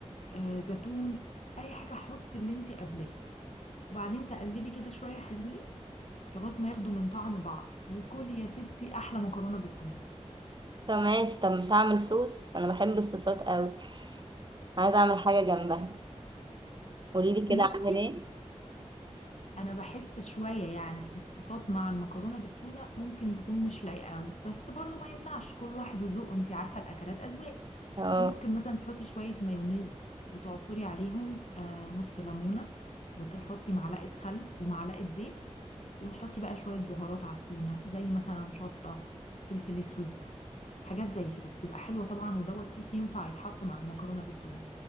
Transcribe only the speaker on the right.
طب ماشي طب مش هعمل صوص انا بحب الصوصات اوي عايزة اعمل حاجة جنبها قوليلي
كده اعمل
ايه
اه